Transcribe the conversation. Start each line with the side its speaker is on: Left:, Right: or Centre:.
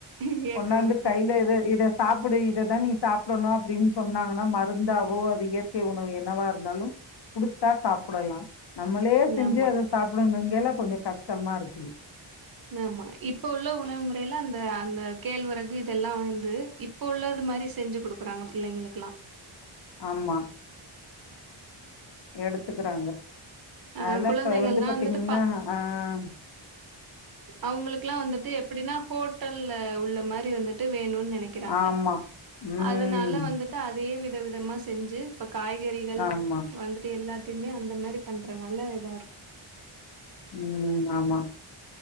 Right: இயக்கம்
Left: கொண்டாந்து
Right: இருக்கும்.
Left: கையில எத இத சாப்பிடு இதைதான் நீ சாப்பிடணும் அப்படின்னு சொன்னாங்கன்னா மருந்தாவோ அது இயற்கை உணவு என்னவா இருந்தாலும் குடுத்தா சாப்பிடலாம் நம்மளே செஞ்சு
Right: ஆமா.
Left: அதை சாப்பிடணும் எல்லாம் கொஞ்சம் கஷ்டமா இருக்குது
Right: ஆமாம் இப்ப உள்ள உணவு முறையில அந்த அந்த கேழ்வரகு இதெல்லாம் வந்து இப்ப உள்ளது மாதிரி செஞ்சு குடுக்குறாங்க பிள்ளைங்களுக்கலாம்
Left: ஆமா எடுத்துக்கறாங்க.
Right: ஆ
Left: அதுல
Right: குழந்தைகள்லா
Left: இப்ப வந்து பாத்தீங்கன்னா
Right: வந்துட்டு பா
Left: ஆஹ்
Right: அவங்களுக்குல்லாம் வந்துட்டு எப்படின்னா ஹோட்டல்ல உள்ள மாரி வந்துட்டு வேணும்னு நெனைக்கிறாங்க
Left: ஆமா. ம்.
Right: அதனால வந்துட்டு அத விதவிதமாக செஞ்சு ப காய்கறிகள்
Left: ஆமா.
Right: வந்துட்டு எல்லா துமே அந்த மாரி பண்றனால இதா இருக்கு
Left: உம் ஆமா